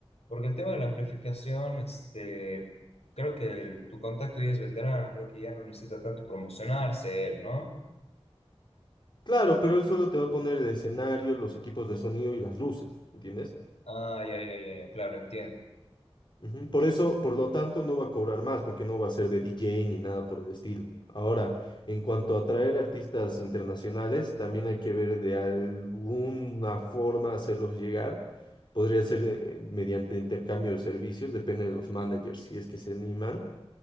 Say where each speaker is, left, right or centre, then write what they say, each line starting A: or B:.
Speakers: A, on the left (about 85°); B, on the left (about 50°).
A: Porque el tema de la amplificación, este, creo que el- tu contacto ya es veterano, creo que ya no necesita tanto promocionarse él, ¿no?
B: Claro, pero él solo te va a poner el escenario, los equipos de sonido y las luces, ¿entiendes?
A: Ah, ya, ya, ya, ya, claro, entiendo.
B: Ujú, Por eso, por lo tanto, no va a cobrar más, porque no va a ser de DJ ni nada por el estilo. Ahora, en cuanto a traer artistas internacionales, también hay que ver de alguna forma hacerlos llegar. Podría ser eh, mediante intercambio de servicios, depende de los managers, si es que se animan.